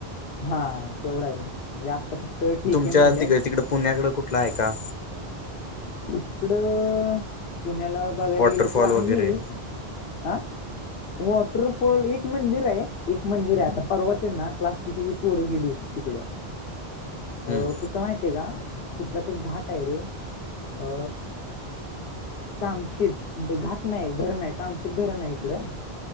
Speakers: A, on the left; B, on the left.
A: हा तेवढा आहे म्हणजे आता फक्त ठीक
B: तुमच्या
A: आहे म्हणल्यात.
B: तिक तिकडं पुण्याकडं कुठला आहे का
A: इकडं पुण्याला बघायला
B: वॉटरफॉल
A: गेलं तर आहे.
B: वगैरे?
A: आ वॉटरफॉल एक मंदिर आहे एक मंदिर आहे आता परवा तेन ना क्लास तिथ ती पोर गेली होती तिकडं अ
B: हम्म
A: कु माहिताय का हाय का कुठला तर घाट आहे रे अ कामशीत घाट नाय धरण हाय कामशीत धरण हाय इकडं.